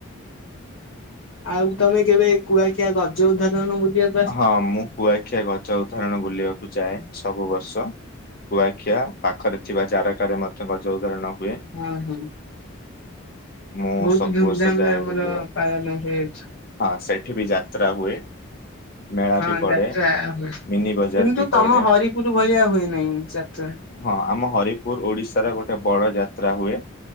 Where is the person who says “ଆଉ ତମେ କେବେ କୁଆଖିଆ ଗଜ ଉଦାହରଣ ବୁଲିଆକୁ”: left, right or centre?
Left